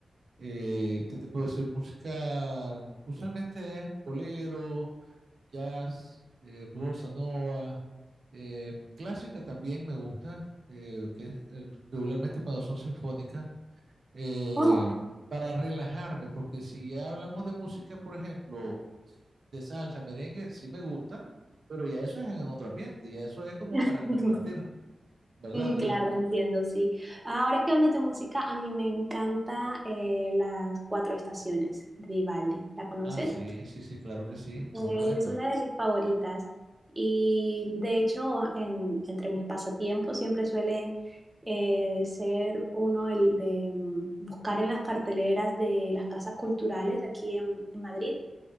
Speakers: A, on the right; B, on the right.
A: Eh, ¿qué te puedo decir? Música usualmente es bolero, jazz, eh, bossa nova, eh, clásica también me gusta, eh, que es eh, regularmente cuando son sinfónicas. eh,
B: Oh,
A: para relajarme, porque si ya hablamos de música, por ejemplo, de salsa, merengue, sí me gusta, pero ya eso es en otro ambiente, ya eso es como
B: <laughs>
A: para compartir, ¿verdad?
B: Mm,
A: Entonces,
B: Claro, entiendo, sí. Ahora que hablas de música, a mí me encanta eh, las cuatro estaciones de Vivaldi. ¿La conoces?
A: ah, sí, sí, sí, claro que sí, muy
B: Eh,
A: bueno.
B: Es una de mis favoritas. Y de hecho, en- entre mis pasatiempos siempre suele eh, ser uno el de mm, buscar en las carteleras de las casas culturales aquí en, en Madrid.